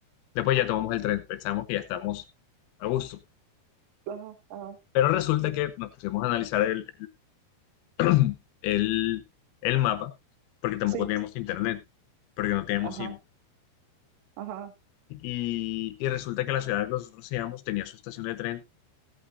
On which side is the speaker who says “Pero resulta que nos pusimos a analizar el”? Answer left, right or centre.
Left